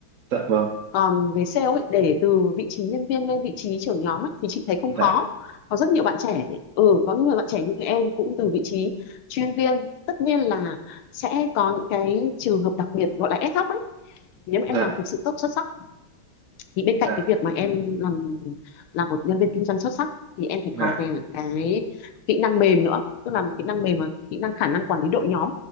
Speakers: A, on the right; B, on the left.
A: dạ vâng
B: còn về sale ấy, để từ vị trí nhân viên lên vị trí trưởng nhóm ấy, thì chị thấy không khó
A: dạ
B: có rất nhiều bạn trẻ ừ có những người bạn trẻ như em cũng từ vị trí chuyên viên tất nhiên là sẽ có những cái trường hợp đặc biệt gọi là ad hoc ấy nếu mà
A: dạ
B: em làm thực sự tốt xuất sắc thì bên cạnh
A: dạ
B: cái việc mà em làm là một nhân viên kinh doanh xuất sắc thì em phải
A: dạ
B: có cái, cái kỹ năng mềm nữa, tức là kỹ năng mềm và kỹ năng khả năng quản lý đội nhóm